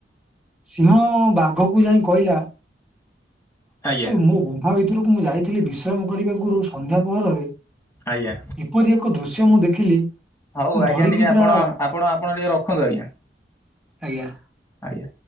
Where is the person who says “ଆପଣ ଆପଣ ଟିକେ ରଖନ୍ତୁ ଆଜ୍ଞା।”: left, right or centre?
Left